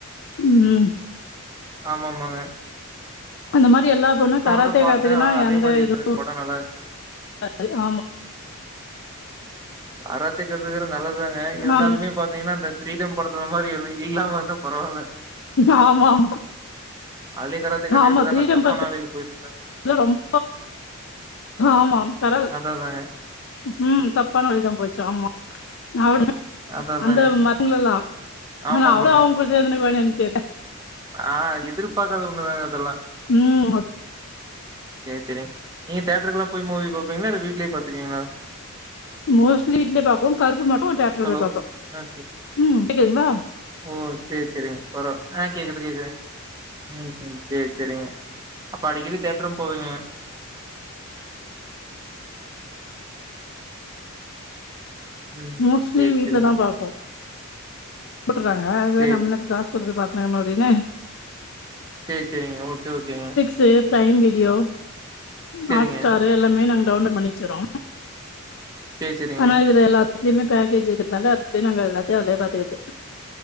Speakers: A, on the left; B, on the right.
A: உம்
B: ஆமா ஆமாங்க
A: அந்த மாரி எல்லா பொண்ணோ கராத்தே
B: தா பாத்தே
A: காத்துக்குனா
B: ஆனா அதே
A: எந்த
B: மாரி இருந்தது
A: இதுவு
B: படோ நல்லா இருந்துச்சு
A: <inaudible> ஆமா
B: கராத்தே கத்துக்கறது நல்லதுதாங்க
A: ஆனா
B: இருந்தாலுமே பாத் பத்தீங்கனா அந்த கிரீடம் படத்துல மாரி எது இல்லாம இருந்தா பரவால்ல
A: ஆமா ஆமா
B: அதுலயே கராத்தே கத்துக்கிட்டு
A: ஆமா
B: தான
A: கிரீடம்
B: தப்பான
A: படத்துல
B: வழியில போயிட்டு இருந்தே
A: ரொம்ப ஆமா சரல்
B: அதா அதாங்க
A: ம் தப்பான வழிதா போச்சி ஆமா அவளோட
B: அதா அதாங்க
A: அந்த மத்தவங்கள எல்லா
B: ஆமா
A: ஆனா அவுங்க
B: ஆமாங்க
A: அவுங்க கூட சேக்கனு பண்ணியான் தெர்ல
B: ஆ எதிர்பாக்காத ஒண்ணுதாங்க அதெல்லா
A: ம்
B: செரிங்க நீங்க தேட்டருக்குள்ள போய் மூவி பாப்பிங்ளா இல்ல வீட்லியே பாத்துக்குவீங்ளா
A: மோஸ்ட்லி வீட்லயே பாப்போ கருப்பு மட்டு டிராக்டர்
B: ஹலோ
A: போய் பாப் பாத்தோ
B: ஆ சேரி
A: ம் கேக்குதுங்ளா
B: ஓ சேரி சேரிங்க பொரவு ஆ கேக்குது கேக்குது ம் ம் சேர் சேரிங்க அப்ப அடிக்கடி தேட்டரு போவீங்க ம்
A: மோஸ்ட்லி
B: சேரி
A: வீட்ல
B: சேரிங்க
A: தா பாப்போ போட்டற்றாங்க அதுவே
B: சேரி
A: நம்ம என்னாத்துக்கு காசு குடுத்து போய் பாத்துனுக்கனு அப்டின்னு
B: சேரி சேரிங்க ஓகே ஓகேங்க
A: து ப்ரைம் வீடியோ ஹாட்
B: சேரிங்க
A: ஸ்டாரு எல்லாமே நாங்க டவுன்லோட் பண்ணி வச்சறோ
B: சேரி சேரிங்க
A: ஆனா இதுல எல்லாத்துலியுமே பேக்கேஜ் இருக்கற்த்னால அப்டியே நாங்க எல்லாத்தையு அதிலேயே பாத்துக்கிறது